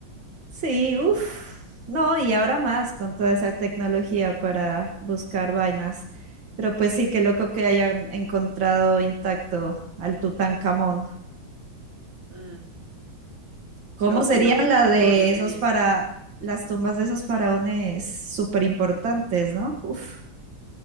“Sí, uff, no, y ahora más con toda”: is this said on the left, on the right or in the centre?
Right